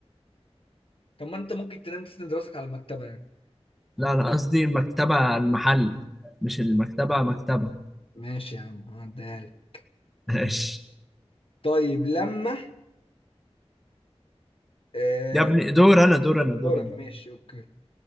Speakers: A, on the left (about 55°); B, in the centre.
A: طب ما انت ممكن تنام تسند راسك على المكتبه يعني
B: لا أنا قصدي المكتبة المحل مش المكتبة مكتبة
A: ماشي يا عم هعديها لك
B: ماشي
A: طيب لما آه
B: يا ابني دور أنا دور أنا دور
A: دورك
B: أنا
A: ماشي اوكي